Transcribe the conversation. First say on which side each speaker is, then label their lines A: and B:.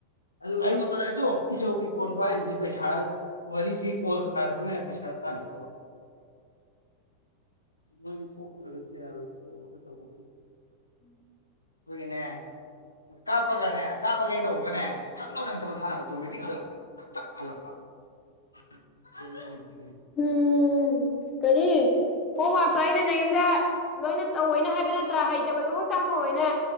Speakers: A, on the left; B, on the left.
A: ꯑꯗꯨ ꯑꯩ ꯇꯥꯉꯛꯄꯗꯅꯦꯇꯨ ꯏꯆꯧꯒꯤ ꯐꯣꯟ ꯄꯥꯏꯔꯤꯁꯤ ꯄꯩꯁꯥ ꯋꯥꯔꯤꯁꯤ ꯀꯣꯜ ꯁꯥꯔꯒꯅꯦ ꯄꯩꯁꯥ ꯇꯥꯔꯤꯒꯗꯕ ꯅꯣꯏꯗꯤ ꯊꯣꯛꯇ꯭ꯔꯒꯗꯤ ꯌꯥꯔꯣꯏ ꯇꯣꯛꯑꯒ ꯇꯦꯕꯒꯤ
B: ꯎꯝ
A: ꯈꯣꯏꯒꯤꯅꯦ ꯀꯥꯞꯄꯒꯅꯦ ꯀꯥꯞꯄꯒꯦ ꯇꯧꯕꯒꯅꯦ ꯊꯛꯂꯧꯅ ꯍꯦꯇꯥꯂꯣꯟ ꯍꯟꯅꯥ ꯑꯥꯎꯇꯣꯃꯦꯇꯤꯛ ꯍꯜꯛꯄ ꯊꯥꯛ ꯍꯜꯛꯄꯥ ꯑꯇꯨꯟ ꯇꯨꯃꯗꯤꯡꯉꯤꯅꯤꯀꯥꯏꯅꯣ
B: ꯎꯝ.... ꯀꯔꯤ ꯍꯣꯝꯋꯔꯛꯇꯣ ꯑꯩꯅ ꯅ ꯌꯨꯝꯗ ꯂꯣꯏꯅ ꯇꯧꯑꯣꯅ ꯍꯥꯏꯕ ꯅꯠ ꯆ꯭ꯔꯥ ꯍꯩꯇꯕꯗꯣꯒꯥꯛꯇꯪꯉꯣꯏꯅꯥ